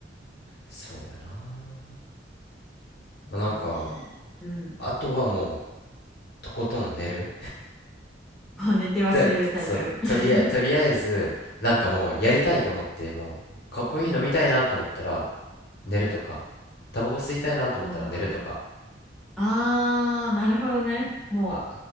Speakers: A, on the left; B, in the centre.
A: そうやなまあなんか
B: そうね。うん。
A: あとはもうとことん寝る
B: もう寝て忘れるタイプ。
A: でそうとりあえ、
B: <laughs>
A: とりあえずなんかもうやりたいと思ってもうかコーヒー飲みたいなと思ったら
B: うん。
A: 寝るとかタバコ吸いたいなと思ったら寝るとか
B: まあ。あー、なるほどね。も
A: あ